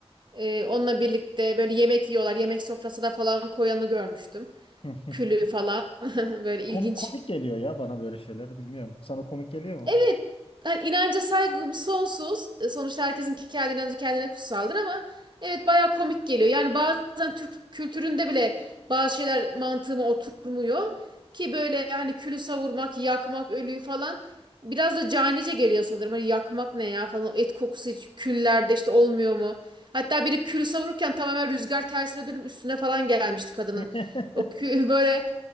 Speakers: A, on the right; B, on the left.
A: Ee, onunla birlikte böyle yemek yiyorlar. Yemek sofrasına falan koyanı görmüştüm.
B: <laughs>
A: külü falan <laughs> böyle ilginç.
B: Komik, komik geliyor ya bana böyle şeyler. Bilmiyorum. Sana komik geliyor mu?
A: Evet hani inanca saygım sonsuz. E, Sonuçta herkesin kendi inancı kendine kutsaldır ama evet bayağı komik geliyor. Yani bazen Türk kültüründe bile bazı şeyler mantığıma oturmuyor ki böyle hani külü savurmak, yakmak, ölüyü falan biraz da canice geliyor sanırım. Hani yakmak ne ya falan o et kokusu hiç küllerde işte olmuyor mu? Hatta biri külü savururken tamamen rüzgar tersine dönüp üstüne falan gelmişti kadının.
B: <laughs>
A: O kü <laughs> böyle